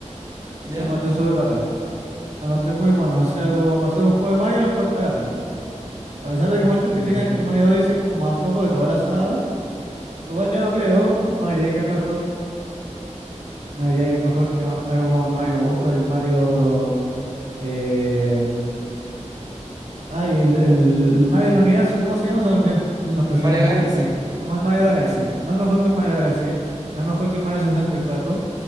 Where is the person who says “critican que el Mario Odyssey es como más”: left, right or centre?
Right